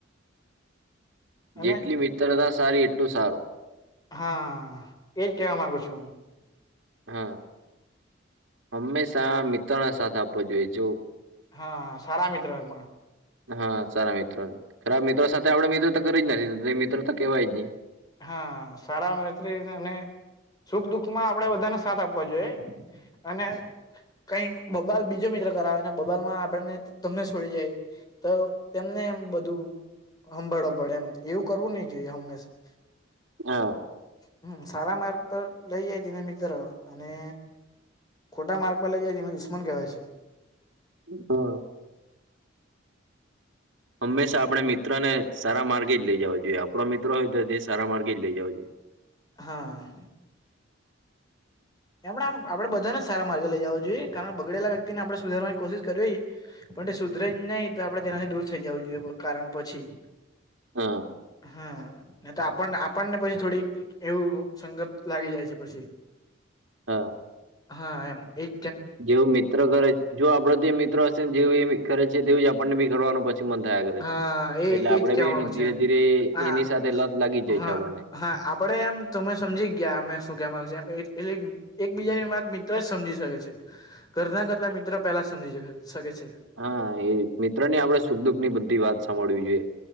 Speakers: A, on the left; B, on the right.
A: અને
B: જેટલી મિત્રતા સારી એટલું સારું.
A: હા! એજ કેવા માંગુ છું.
B: હા! હંમેશા મિત્ર નો સાથ આપવો જોઈએ જો.
A: હા! સારા મિત્ર પણ
B: હા! સારા મિત્રો ને ખરાબ મિત્રો સાથે આપડ મિત્રો તો કરી જ નથી. મિત્ર તો કેવાય જ નહી.
A: હા! સારા મૈત્રી અને. સુખ દુખ માં આપણેે બધાને સાથ આપવા જોઈએ. અને કઈ બબલ બીજો મિત્ર કરાવે. બબાલમાં આપને તમને છોડી જાય તો તેમને
B: એમ
A: બધું.
B: પડે
A: હંભળવા
B: એવું
A: પડે
B: કરવું
A: એમ એવું કરવું નહી જોઈએ હંમેશા.
B: હા
A: હમ્મ સારા માર્ગ પર લઈ જાય તને મિત્ર અને. ખોટા માર્ગ પર લઇ જાય તેને દુશ્મન કહેવાય છે.
B: હા! હંમેશા આપડણે મિત્ર ને સારા માર્ગે જ લઇ જવાો જોઈએ. આપડો મિત્ર હોય તો તે સારા માર્ગે જ લઇ જવા જોઈએ.
A: હા! એમણે આમ આપણે બધાને જ સારા માર્ગ લઈ જવા જોઈએ. કારણ બગડેલા વ્યક્તિને આપણેે સુધારવાની કોશિશ કરવી હો. પણ તે સુધરેજ
B: સુધરે જ
A: નહી તો આપડે તેનાથી દૂર થઈ જવું જોઈએ કારણ પછી.
B: હા!
A: હા! તો આપણ આપણને પછી, થોડીક એવું સંગત લાગી જાય છે પછી.
B: હા!
A: હા! એમ એક.
B: જેવું મિત્ર કરે છે. જો આપડો તો મિત્રો હશે ને જેવું એ કરે છે. તેું જ આપણને બી કરવાનું પ. મન થયા કરે
A: હા
B: છે
A: એ
B: એટલે આપડે
A: એજ કેવા
B: બી
A: માંગુ
B: એ
A: છું
B: ધીરે
A: એમ
B: ધીરે
A: હા
B: એની સાથે લાગી જાય
A: હા
B: છે આપણને
A: હા આપડે એમ તમે સમજી ગયા અમે શું કે માંગુ છે. એકબીજાની વાત મિત્ર જ સમજી શકે છે. ઘરના કરતા મિત્ર પહેલા સમજી શકે છે.
B: હા! એ મિત્ર ની આપડે સુખ દુખ ની બુધી વાત સાંભળવી જોઈએ.